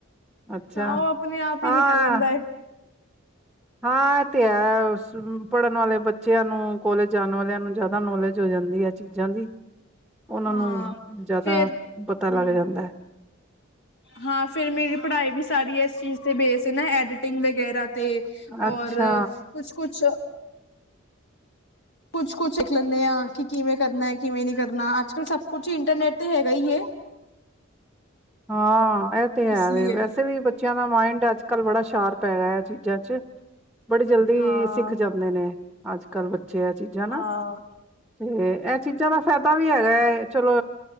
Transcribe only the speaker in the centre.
ਅੱਛਾ,
ਅਹ
ਹਾਂ ਐ ਤੇ ਹੈ, ਪੜਨ ਵਾਲੇ ਬੱਚੇਆਂ ਨੂੰ, ਕੋਲੇਜ ਜਾਣ ਵਾਲੇਆਂ ਨੂੰ ਜਾਦਾ ਨੌਲੇਜ ਹੋ ਜਾਂਦੀ ਏ। ਚੀਜ਼ਾਂ ਦੀ ਉਨਾਂ
ਨੂੰ ਜੇਆਦਾ
ਪਤਾ ਲੱਗ
ਜਾਂਦਾ ਏ।
ਅੱਛਾ
ਹਾਂ, ਐ ਤੇ ਹੈ
ਵੇ
ਵੈਸੇ ਵੀ। ਬੱਚੇਆਂ ਦਾ ਮਾਇੰਡ ਅੱਜ -ਕੱਲ੍ਹ ਬੜਾ ਸ਼ਾਰਪ ਹੈਗਾ ਆ, ਏ ਚੀਜ਼ਾਂ ਚ ਬੜੀ ਜਲਦੀ
ਸਿੱਖ ਜਾਂਦੇ ਨੇ ਅੱਜ -ਕੱਲ੍ਹ ਬੱਚੇ ਏ ਚੀਜ਼ਾਂ ਨਾ।
ਤੇ ਐ ਚੀਜ਼ਾਂ ਦਾ ਫਾਏਦਾ ਵੀ ਹੈਗਾ ਏ, ਚਲੋ